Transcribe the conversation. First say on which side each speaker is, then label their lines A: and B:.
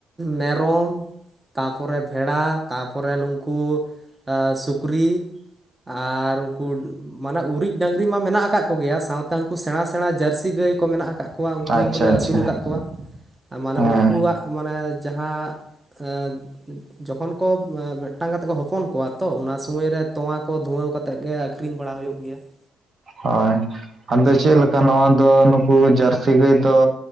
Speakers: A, on the right; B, on the right.
A: ᱢᱮᱨᱚᱢ ᱛᱟᱯᱚᱨᱮ ᱵᱷᱮᱲᱟ ᱛᱟᱯᱚᱨᱮ ᱱᱩᱝᱠᱩ ᱥᱩᱠᱨᱤ ᱟᱨ ᱩᱱᱠᱩ ᱢᱟᱱᱮ ᱩᱨᱤᱡ ᱰᱟᱝᱨᱤ ᱢᱟ ᱢᱮᱱᱟᱜ ᱟᱠᱟᱫ ᱠᱚᱜᱮᱭᱟ, ᱥᱟᱶᱛᱮ ᱩᱱᱠᱩ ᱥᱮᱬᱟ ᱥᱮᱬᱟ ᱡᱟᱹᱨᱥᱤ ᱜᱟᱹᱭ ᱠᱚ ᱢᱮᱱᱟᱜ ᱟᱠᱟᱫ ᱠᱚᱣᱟ ᱩᱱᱠᱩ
B: ᱟᱪᱪᱷᱟ
A: ᱞᱮ
B: ᱟᱪᱪᱷᱟ
A: ᱟᱹᱥᱩᱩᱞ ᱟᱠᱟᱫ ᱠᱚᱣᱟ ᱾ ᱢᱟᱱᱮ
B: ᱦᱮᱸ
A: ᱩᱱᱠᱩᱣᱟᱜ ᱢᱟᱱᱮ ᱡᱟᱦᱟᱸ <inaudible> ᱡᱚᱠᱷᱚᱱ ᱠᱚ ᱢᱤᱫᱴᱟᱝ ᱠᱟᱛᱮᱜ ᱠᱚ ᱦᱚᱯᱚᱱ ᱠᱚᱣᱟ ᱛᱚ ᱚᱱᱟ ᱥᱩᱢᱟᱹᱭᱨᱮ ᱛᱚᱣᱟ ᱠᱚ ᱫᱷᱩᱣᱟᱹᱣ ᱠᱟᱛᱮ ᱠᱟᱛᱮᱫ ᱜᱮ ᱟᱹᱷᱨᱤᱧ ᱵᱟᱲᱟ ᱦᱩᱭᱩᱜ ᱜᱮᱭᱟ ᱾
B: ᱦᱳᱭ ᱟᱫᱚ ᱪᱮᱫ ᱞᱮᱠᱟ ᱱᱚᱣᱟ ᱫᱚ ᱱᱩᱠᱩ ᱡᱟᱹᱨᱥᱤ ᱜᱟᱹᱭ ᱫᱚ